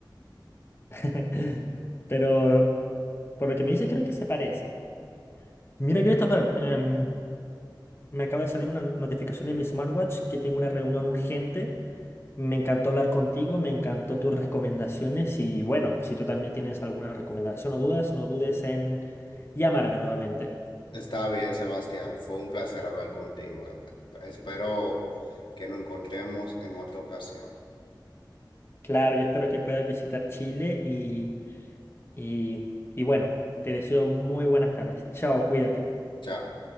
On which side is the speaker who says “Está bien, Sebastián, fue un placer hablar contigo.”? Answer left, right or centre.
Left